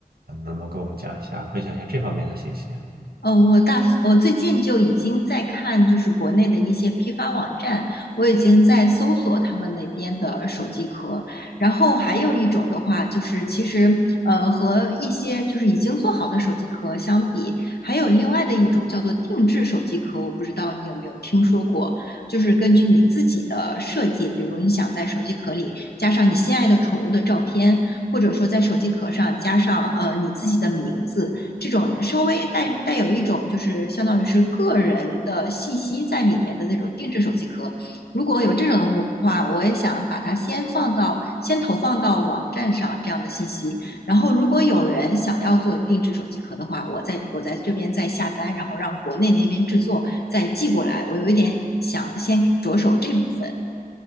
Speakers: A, on the right; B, on the left.
A: 嗯，能不能给我们讲一下，分享一下这方面的信息？
B: 呃，我大我最近就已经在看，就是国内的一些批发网站，我已经在搜索他们那边的手机壳。然后还有一种的话，就是其实呃和一些就是已经做好的手机壳相比，还有另外的一种叫做定制手机壳，我不知道你有没有听说过，就是根据你自己的设计，比如你想在手机壳里加上你心爱的宠物的照片，或者说在手机壳上加上呃你自己的名字。这种稍微带带有一种就是相当于是个人的信息在里面的那种定制手机壳，如果有这种的话，我也想把它先放到先投放到网站上这样的信息，然后如果有人想要做定制手机壳的话，我在我在这边再下单，然后让国内那边制作再寄过来，我有一点想先着手这部分，